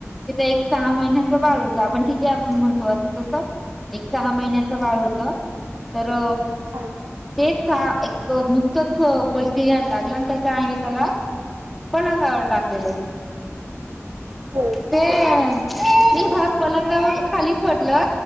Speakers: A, in the centre; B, on the right.
A: तिथे एक. सहा महिन्याचा
B: हम्म,
A: बाळ होत आपण ठीके आपण म्हणतो अस. तस एक सहा महिन्याच बाळ होत तर.
B: हो
A: तेच सहा एक नुकतंच पलटीयला लागलं ना त्याच्या आईने त्याला. पलंगावर टाकलेलं.
B: हो.
A: ह मी <unintelligible> भात पलंगावरून खाली पडलं